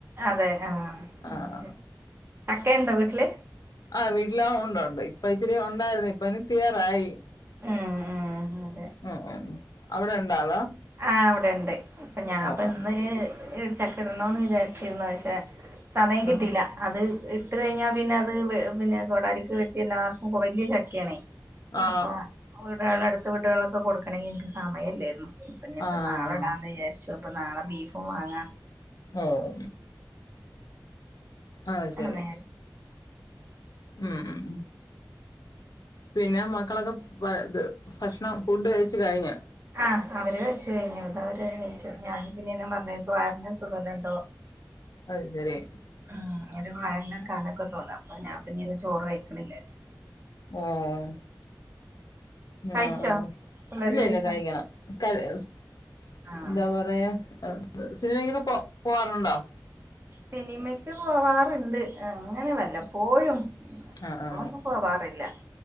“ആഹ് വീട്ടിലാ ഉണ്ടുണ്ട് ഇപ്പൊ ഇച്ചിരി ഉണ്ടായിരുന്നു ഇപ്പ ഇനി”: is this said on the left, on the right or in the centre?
Left